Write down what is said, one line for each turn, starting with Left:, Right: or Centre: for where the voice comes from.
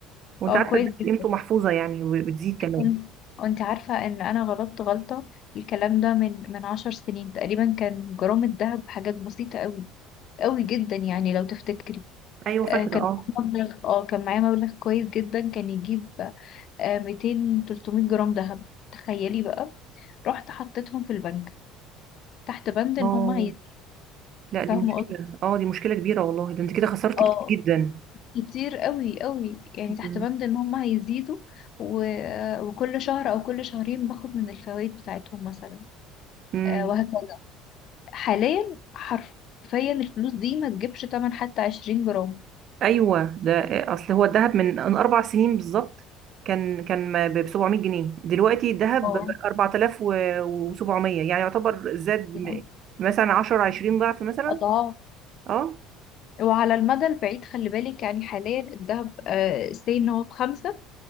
Right: وانت
Left: اه
Right: عارفه
Left: كويس
Right: الذهب
Left: جدا
Right: قيمته محفوظه يعني وبتزيد كمان
Left: أم- وانت عارفة ان انا غلطت غلطة الكلام ده من من عشر سنين تقريبا كان جرام الذهب حاجات بسيطة قوي قوي جدا يعني لو تفتكري
Right: ايوه
Left: آه
Right: فاكره
Left: كان
Right: اه
Left: معايا مبلغ اه كان معايا مبلغ كويس جدا كان يجيب آه 200 300 جرام ذهب تخيلي بقى رحت حطيتهم في البنك تحت بند ان
Right: اه
Left: هم هي
Right: لا دي
Left: فاهمة
Right: مشكله
Left: قصدي
Right: اه دي مشكله كبيره والله ده انت كده خسرت
Left: اه
Right: كتير جدا
Left: كتير قوي قوي يعني تحت
Right: مم.
Left: بند ان هم هيزيدوا و... وكل شهر او كل شهرين باخد من الفوائد بتاعتهم مثلا
Right: مم.
Left: آه وهكذا حاليا حرفيا الفلوس دي ما تجيبش تمن حتى 20 جرام
Right: ايوه ده اصل هو الذهب من من اربع سنين بالظبط كان كان ما- ب 700 جنيه دلوقتي الذهب
Left: اه
Right: ب 4700 يعني يعتبر زاد م-
Left: يعني
Right: مثلا 10 20 ضعف مثلا
Left: اضعاف
Right: اه
Left: وعلى المدى البعيد خلي بالك يعني حاليا الذهب آه سي ان هو بخمسة